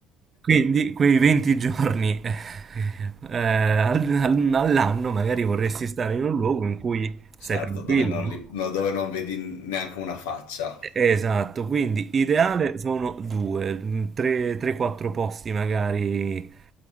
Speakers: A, on the right; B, on the left.
A: Quindi quei 20 giorni <laughs> eh, eh, al- al- all'anno magari vorresti stare in un luogo in cui
B: Certo,
A: sei tranquillo,
B: dove non,
A: no?
B: li- no, dove non vedi neanche una faccia.
A: Esatto, quindi ideale sono due, 3-4 posti magari